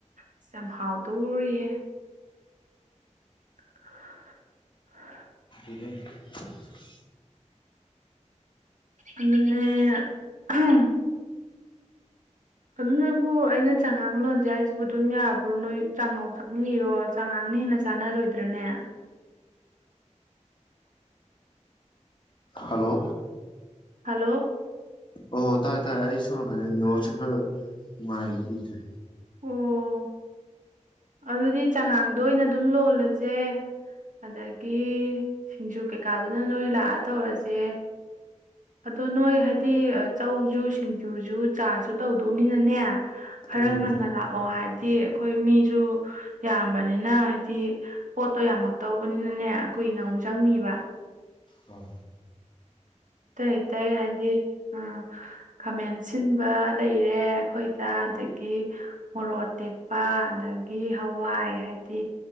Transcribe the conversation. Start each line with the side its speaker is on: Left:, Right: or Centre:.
Right: ꯑꯁ ꯌꯥꯝ ꯍꯥꯎꯗꯧꯔꯤꯍꯦ <unintelligible>
Left: <unintelligible>
Right: ꯑꯗꯨꯅꯦ ꯑꯍꯝ ꯑꯗꯨ ꯅꯣꯏꯕꯨ ꯑꯩꯅ ꯆꯉꯥꯡ ꯂꯣꯟꯖꯦ ꯍꯥꯏꯖꯤꯕꯨ ꯑꯗꯨꯝ ꯌꯥꯕ꯭ꯔꯣ ꯅꯣꯏ ꯆꯥꯉꯧ ꯊꯛꯅꯤꯡꯉꯤꯔꯣ ꯆꯉꯥꯡꯅ ꯍꯦꯟꯅ ꯆꯥꯅꯔꯣꯏꯗ꯭ꯔꯅꯦ
Left: ꯍꯜꯂꯣ
Right: ꯍꯜꯂꯣ
Left: ꯑꯣ ꯇꯥꯔꯦ ꯇꯥꯔꯦ ꯑꯩ ꯁꯣꯝꯅꯀꯟꯗ ꯅꯦꯋꯥꯛꯁꯨ ꯈꯔ ꯅꯨꯡꯉꯥꯏꯈꯤꯗ꯭ꯔꯦ
Right: ꯑꯣ ꯑꯗꯨꯗꯤ ꯆꯉꯥꯡꯗꯣ ꯑꯣꯏꯅ ꯑꯗꯨꯝ ꯂꯣꯜꯂꯖꯦ ꯑꯗ ꯒꯤ ꯁꯤꯡꯖꯨ ꯀꯩꯀꯥꯗꯨꯅ ꯅꯣꯏ ꯂꯥꯛꯑ ꯇꯧꯔꯖꯦ ꯑꯗꯣ ꯅꯣꯏ ꯍꯥꯏꯗꯤ ꯆꯧꯖꯨ ꯁꯤꯡꯖꯨꯖꯨ ꯆꯥꯁꯨ ꯇꯧꯗꯧꯅꯤꯅꯅꯦ ꯈꯔ
Left: ꯎꯝ
Right: ꯉꯟꯅ ꯂꯥꯛꯑꯣ ꯍꯥꯏ ꯄꯦ ꯑꯩꯈꯣꯏ ꯃꯤ ꯗꯨ ꯌꯥꯝꯕꯅꯤꯅ ꯍꯥꯏꯗꯤ ꯄꯣꯠꯇꯣ ꯌꯥꯝꯃꯛꯇꯧꯕꯅꯤꯅꯅꯦ ꯀꯨꯏꯅ ꯃꯨꯛ ꯆꯪꯅꯤꯕ
Left: ꯑ
Right: ꯇꯩ ꯇꯩ ꯍꯥꯏꯗꯤ ꯑ ꯈꯥꯃꯦꯟ ꯁꯤꯟꯕ ꯂꯩ ꯔꯦ ꯑꯩꯈꯣꯏꯗ ꯑꯗꯒꯤ ꯃꯣꯔꯣꯛ ꯑꯇꯦꯛꯄ ꯑꯗꯒꯤ ꯍꯋꯥꯏ ꯍꯥꯏꯗꯤ